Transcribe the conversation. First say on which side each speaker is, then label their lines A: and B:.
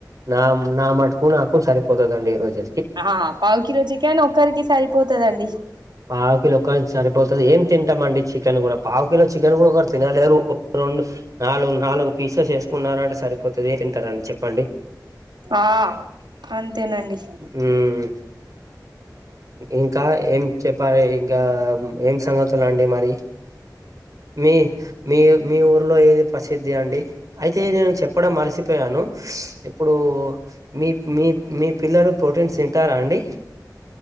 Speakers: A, on the right (about 50°); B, on the right (about 85°).
A: నా నా మటుకు నాకు సరిపోతుందండి ఈ రోజు
B: ఆ పావకిలో చికెన్ ఒక్కరికి సరిపోతుదండి
A: పావు కిలో సరిపోతుంది ఏం తింటామండి చికెన్ కూడా పావు కిలో చికెన్ కూడా ఒక తినలేరు రెండు నాలుగు నాలుగు పీసస్ వేసుకున్నారంటే సరిపోతుంది తరండీ చెప్పండి
B: ఆ
A: అ
B: అంతేనండి
A: హ్మ్ ఇంకా ఏం చెప్పాలి ఇంకా ఏం సంగతులండి మరి మీ మీ మీ ఊర్లో ఏది ప్రసిద్ధి అండి అయితే నేను చెప్పడం మరిసిపోయాను ఇప్పుడు మీ మీ మీ పిల్లలు ప్రోటీన్స్ తింటారా అండి